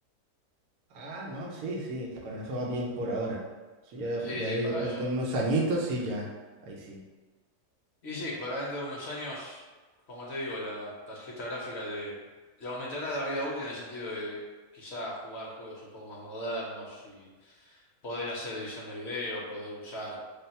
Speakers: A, on the right; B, on the left.
A: Ah, no, sí, sí, con eso va bien por ahora. Eso ya
B: Sí,
A: pues, de
B: sí,
A: ahí
B: para
A: de pronto
B: eso.
A: en unos añitos, sí, ya, ahí sí.
B: Y sí, para dentro de unos años, como te digo, la tarjeta gráfica le, le aumentará la vida útil en el sentido de quizás jugar juegos un poco más modernos y poder hacer edición de video, poder usar